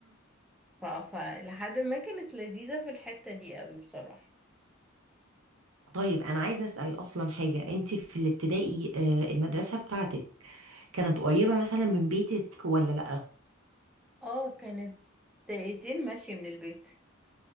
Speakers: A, in the centre; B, on the right.
A: ف- فلحد ما كانت لذيذة في الحتة دي قوي بصراحة
B: طيب انا عايزه اسال اصلا حاجه انت في الابتدائي آه، المدرسه بتاعتك كانت قريبه مثلا من بيتك ولا لا
A: اه كانت دقيقتين ماشي من البيت